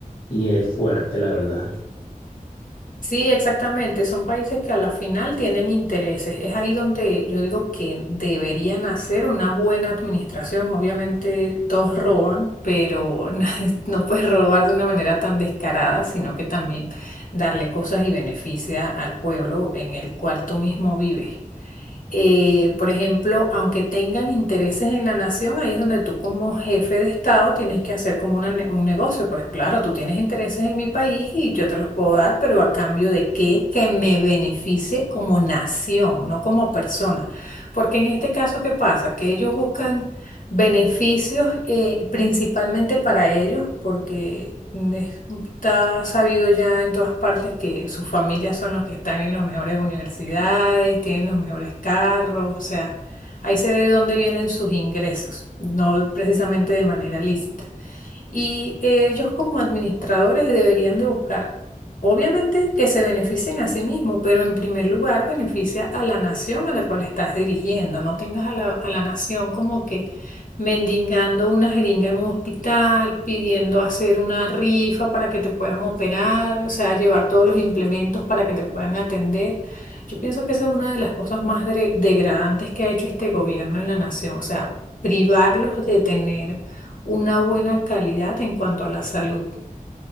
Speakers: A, on the left (about 45°); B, on the left (about 65°).
A: Y es fuerte, la verdad.
B: Sí, exactamente, son países que a la final tienen intereses. Es ahí donde yo digo que deberían hacer una buena administración. Obviamente todos roban, pero <laughs> nadie- no puedes robar de una manera tan descarada, sino que también darle cosas y beneficia al pueblo en el cual tú mismo vives. eh, por ejemplo, aunque tengan intereses en la nación, ahí es donde tú como jefe de Estado tienes que hacer como una ne- un negocio. Pues claro, tú tienes intereses en mi país y yo te los puedo dar, pero a cambio de qué? Que me beneficie como nación, no como persona. Porque en este caso, ¿qué pasa? Que ellos buscan beneficios eh, principalmente para ellos, porque mm, es- está sabido ya en todas partes que sus familias son los que están en las mejores universidades, tienen los mejores carros, o sea, ahí se ve de dónde vienen sus ingresos, no precisamente de manera lícita. Y eh, ellos como administradores deberían de buscar, obviamente, que se beneficien a sí mismos, pero en primer lugar beneficia a la nación a la cual estás dirigiendo. No tengas a la, a la nación como que mendigando una jeringa en un hospital, pidiendo hacer una rifa para que te puedan operar, o sea, llevar todos los implementos para que te puedan atender. Yo pienso que esa es una de las cosas más dre- degradantes que ha hecho este gobierno en la nación, o sea, privarlos de tener una buena calidad en cuanto a la salud.